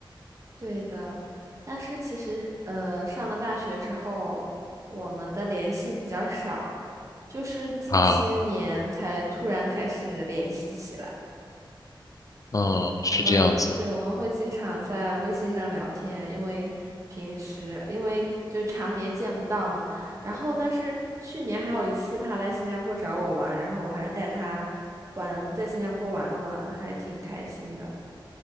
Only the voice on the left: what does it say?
啊，嗯，是这样子，